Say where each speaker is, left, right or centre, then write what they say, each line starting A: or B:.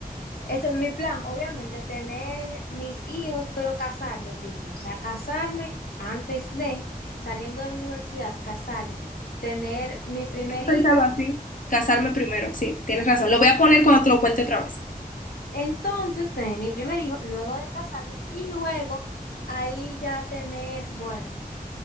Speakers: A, on the left; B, on the left.
A: ese es mi plan, obviamente, tener mis hijos, pero casarme primero, o sea, casarme antes de, saliendo de la universidad, casarme, tener mi primer
B: Pensaba
A: hijo
B: así. Casarme primero, sí, tienes razón. Lo voy a poner cuando te lo cuente otra vez.
A: Entonces, tener mi primer hijo, luego de casarme y luego ahí ya tener, bueno,